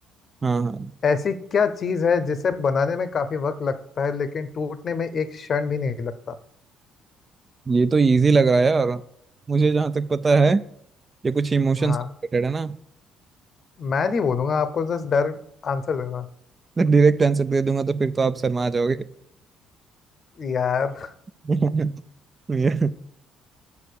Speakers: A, on the right; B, on the left.
A: हाँ हाँ
B: ऐसी क्या चीज़ है जिसे बनाने में काफी वक्त लगता है लेकिन टूटने में एक क्षण भी नहीं लगता
A: ये तो इजी लग रहा है और मुझे जहाँ तक पता है ये कुछ इमोशन
B: हाँ
A: से रिलेटेड है ना
B: मैं नहीं बोलूंगा आपको जस्ट डायरेक्ट आंसर देना
A: तो डायरेक्ट आंसर दे दूंगा तो फिर तो आप शर्मा जाओगे
B: यार
A: <laughs> ये-